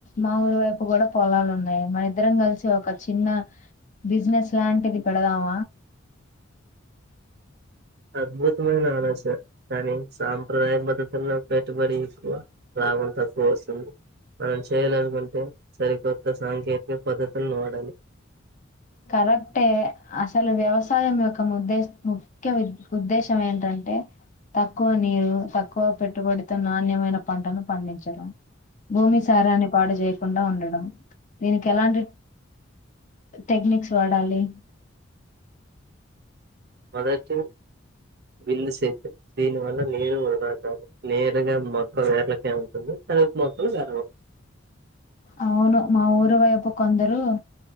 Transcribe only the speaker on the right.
అద్భుతమైన <unintelligible> కానీ సాంప్రదాయ పద్ధతుల్లో పెట్టుబడి లాభం తక్కువ వస్తుంది మనం చేయాలనుకుంటే సరికొత్త సాంకేతిక పద్ధతులు వాడాలి
మొదటి బిల్లు సేతురు దీని వల్ల <unintelligible> నేరు ఒకదాట్దు నేరుగా మొత్తం వేర్లకే ఉంటుంది కలిపి మొత్తం చేరడం